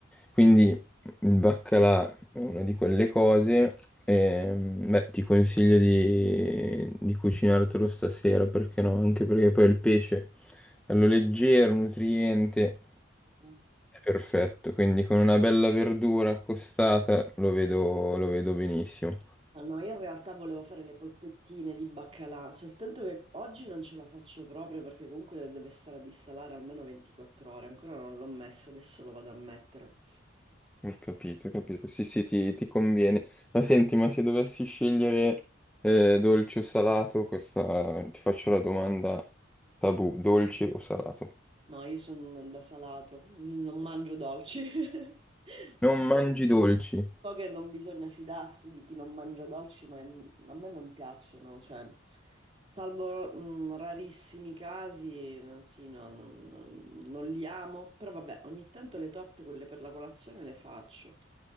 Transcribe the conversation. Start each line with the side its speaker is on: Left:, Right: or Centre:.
Centre: Quindi il baccalà è una di quelle cose. ehm, beh, ti consiglio di, di cucinartelo stasera, perché no? Anche perché poi il pesce, bello leggero, nutriente,
Right: Mm.
Centre: è perfetto. Quindi con una bella verdura accostata lo vedo lo vedo benissimo.
Right: Ah, no, io in realtà volevo fare le polpettine di baccalà, soltanto che oggi non ce la faccio proprio perché comunque deve stare a dissalare almeno 24 ore, ancora non l'ho messo, adesso lo vado a mettere.
Centre: Ho capito, ho capito. Sì, sì, ti, ti conviene. Ma senti, ma se dovessi scegliere eh, dolce o salato, questa ti faccio la domanda tabù, dolce o salato?
Right: No, io sono da salato, non mangio dolci. <laughs>
Centre: Non mangi dolci.
Right: So che non bisogna fidarsi di chi non mangia dolci, ma mm, a me non piacciono, cioè, salvo mm, rarissimi casi, eh, sì, no, non non- non li amo, però vabbè, ogni tanto le torte, quelle per la colazione, le faccio.